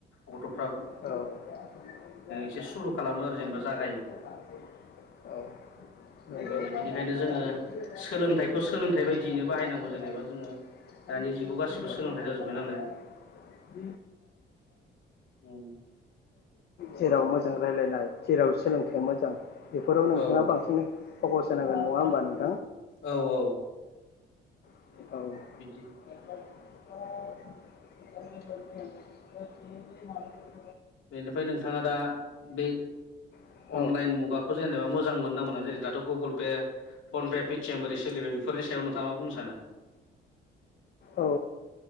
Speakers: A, on the left; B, on the left.
A: गथ'
B: औ
A: एसे सुरु खालामो आरो जेनेबा जागायो
B: <inaudible>
A: बेफोरबायदि बिनिखायनो जोङो सोलोंथाइखौ
B: औ
A: सोलोंथाइ बायदियैनो बाहायनांगौ जेनेबा जोङो दानि जुगाव गासिबो सोलोंथाइ जाजोब्बाय नालाय
B: <inaudible>
A: उम
B: जेराव मस रायज्लायनाय। जेराव सोलोंथाइ मोजां बेफोराव नोंथाङा
A: औ
B: बांसिननै फखस होनांगोन नङा होनोमबा।
A: औ औ
B: औ
A: बिदि
B: <inaudible>
A: बेनिफ्राय नोंथाङा दा बै
B: औ
A: अनलाइन
B: औ
A: मुगाखौ जेनेबा मोजां मोनना मोना जेरै दाथ' गुगोल पे फनपे पेटिएम बोरै सोलिबाय बेफोरनि सायाव नोंथाङा मा बुंनो सानो। <inaudible>
B: औ